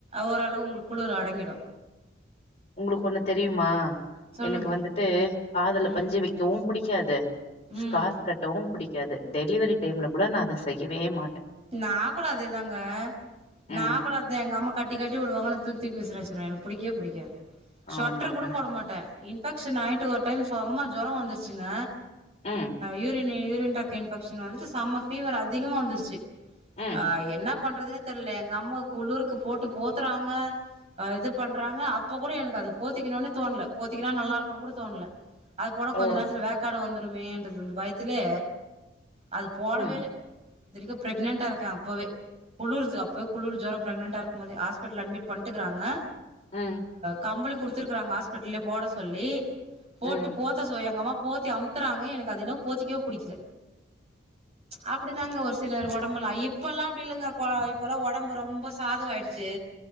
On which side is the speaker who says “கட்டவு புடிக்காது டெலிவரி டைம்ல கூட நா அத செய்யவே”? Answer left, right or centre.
Left